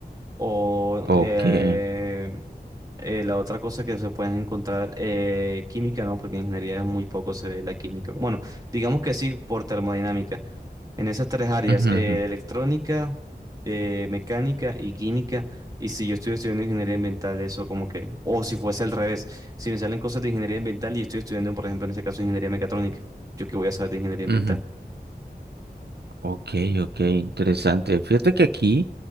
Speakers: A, on the right (about 20°); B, on the right (about 80°).
A: O
B: Ok.
A: eh,
B: Ujú,
A: eh, la otra cosa que se pueden encontrar, eh, química, ¿no? Porque en ingeniería es muy poco se ve la química. Bueno, digamos que sí por termodinámica. En esas tres áreas,
B: ujú,
A: eh, electrónica, eh, mecánica y química. Y si yo estoy estudiando ingeniería ambiental, eso como que, o si fuese al revés, si me salen cosas de ingeniería ambiental y estoy estudiando, por ejemplo, en ese caso, ingeniería mecatrónica, ¿yo qué voy a saber de ingeniería ambiental?
B: ujú. Ok, ok, interesante. Fíjate que aquí,